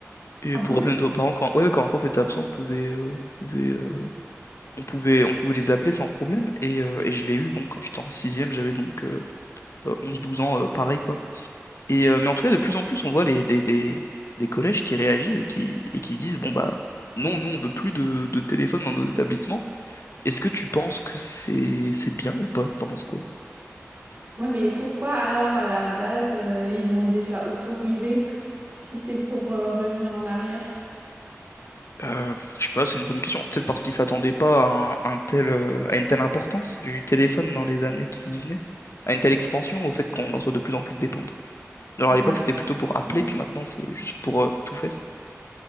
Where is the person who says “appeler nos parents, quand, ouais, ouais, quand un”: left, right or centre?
Left